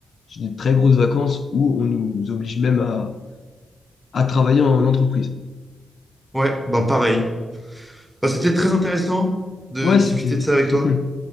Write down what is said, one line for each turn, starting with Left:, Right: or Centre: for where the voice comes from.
Left: j'ai des très grosses vacances où on nous oblige même à, à travailler en entreprise.
Centre: Ouais, bah pareil. Bah, c'était très intéressant de
Left: Ouais,
Centre: discuter
Left: c'était
Centre: de
Left: c'était
Centre: ça avec
Left: très
Centre: toi.
Left: cool.